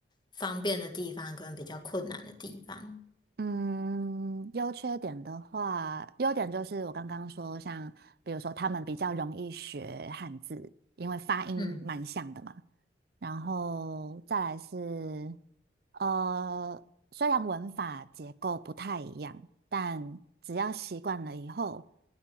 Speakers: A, on the left; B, on the right.
A: 方便的地方跟比较困难的地方。
B: 嗯，优缺点的话，优点就是我刚刚说，像比如说他们比较容易学汉字，因为发音蛮像的嘛。
A: 嗯，
B: 然后再来是，呃，虽然文法结构不太一样，但只要习惯了以后，